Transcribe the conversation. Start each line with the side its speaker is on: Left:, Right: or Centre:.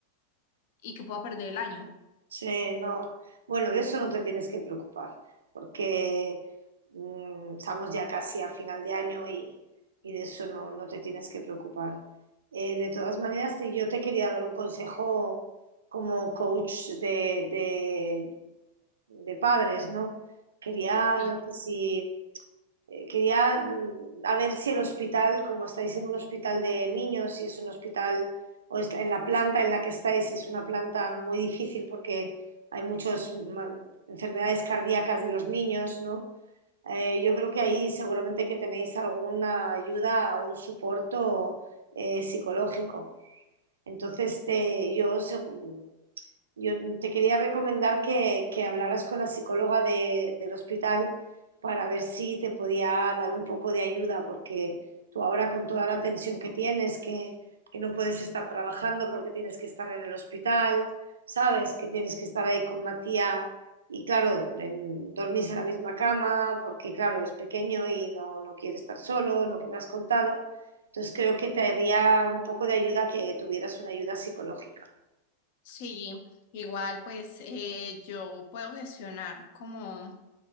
Left: y que pueda perder el año.
Right: Sí, no. Bueno, de eso no te tienes que preocupar, porque mm, estamos ya casi a final de año y, y de eso no, no te tienes que preocupar. Eh, de todas maneras, te- yo te quería dar un consejo como coach de, de de padres, ¿no? Quería,
Left: Sí.
Right: no sé si, eh, quería mm, a ver si el hospital, como estáis en un hospital de niños, si es un hospital o es- en la planta en la que estáis es una planta muy difícil porque hay muchas enfermedades cardíacas de los niños, ¿no? Eh, yo creo que ahí seguramente que tenéis alguna ayuda, un soporte eh, psicológico. Entonces, te- yo según- yo te quería recomendar que, que hablaras con la psicóloga de- del hospital para ver si te podía dar un poco de ayuda, porque tú ahora con toda la tensión que tienes, que, que no puedes estar trabajando porque tienes que estar en el hospital, sabes que tienes que estar ahí con Matías y claro, en- dormís en la misma cama porque claro, es pequeño y no, no quiere estar solo, lo que me has contado. Entonces creo que te haría un poco de ayuda que tuvieras una ayuda psicológica.
Left: Sí, igual pues eh, yo puedo gestionar como,